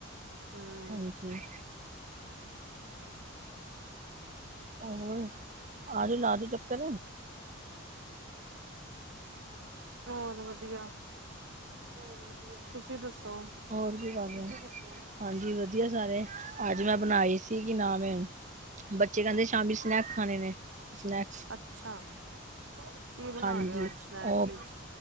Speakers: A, on the right; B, on the right.
A: ਹਮ
B: ਹਾਂਜੀ। ਹੋਰ ਆਜੋ ਲਾਜੋ ਚੱਕਰ
A: ਹੋਰ ਵਧੀਆ
B: ਹੋਰ ਵਧੀਆ
A: ਤੁਸੀਂ ਦੱਸੋ
B: ਹੋਰ ਕੀ ਕਰ ਰਹੇ ਹਾਂਜੀ ਵਧੀਆ ਸਾਰੇ ਅੱਜ ਮੈਂ ਬਣਾਈ ਸੀ ਕਿ ਨਾ ਏ ਬੱਚੇ ਕਹਿੰਦੇ ਸ਼ਾਮੀ ਸਨੈਕਸ ਖਾਣੇ ਨੇ ਸਨੈਕ
A: ਅੱਛਾ ਕੀ ਬਣਾ
B: ਹਾਂਜੀ
A: ਰਹੇ ਹੋ ਅੱਜ ਸਨੈਕਸ
B: ਉਹ
A: ਵਿੱਚ